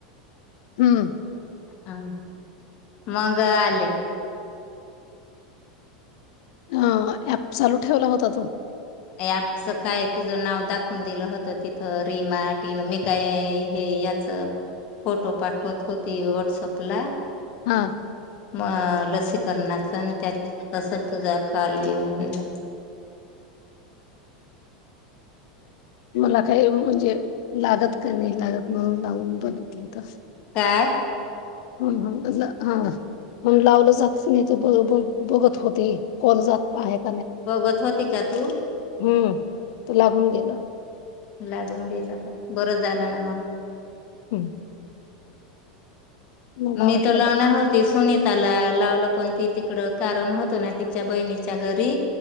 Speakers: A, on the left; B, on the left.
A: हम्म
B: ह मग आले
A: ह ॲप चालू ठेवला होता तू
B: आजच काय तुझं नाव दाखवून दिलं होतं तिथं रीमा टिन मे काय हे याचं फोटो पाठवत होती व्हॉट्सअपला
A: हा
B: म लसीकरणाच आणि त्या तस तुझा खल येऊन गेला
A: <inaudible> मला काही म्हणजे लागत का नाही लागत म्हणून लावून बघितली तस
B: काय
A: हम हम हा पण लावलं जात नाही तर ब ब बघत होते कल जात आहेत
B: बघत होती का तू
A: हम्म तू लागून गेल
B: लागून गेल का बरं झालं ना मग
A: हम्म मला
B: मी
A: वाटलं
B: त लावणार होती सुनीताला लाव पण ती तिकडं कारण होतं ना तिच्या बहिणीच्या घरी